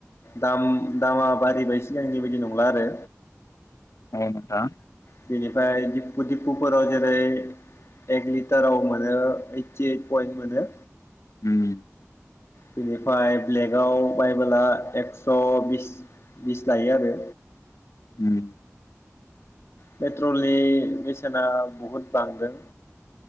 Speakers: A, on the left; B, on the left.
A: दाम दामा बारि बाय सिगां बेबायदि नंला आरो।
B: औ नोंथां
A: बिनिफ्राय दि फुफोराव जेरै एक लिटाराव मोनो ओइटि ओइट पइन्ट मोनो
B: अम
A: बेनिफ्राय ब्लेकआव बायबोला एक स' बिस-बिस लायो आरो।
B: अम
A: पेट्रलनि बेसेना बहुद बांदों